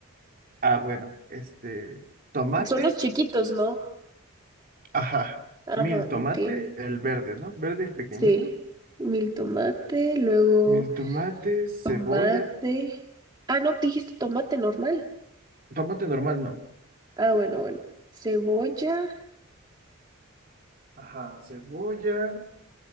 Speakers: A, on the right; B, on the right.
A: Ah, bueno, este, tomate,
B: Son los chiquitos, ¿no?
A: ajá,
B: Ajá,
A: mil tomate,
B: ok.
A: el verde, ¿no? Verde y pequeñito.
B: Sí, mil tomate, luego
A: Mil tomates,
B: tomate.
A: cebolla,
B: Ah, no, dijiste tomate normal.
A: Tomate normal, no.
B: Ah, bueno, bueno. Cebolla,
A: Ajá, cebolla,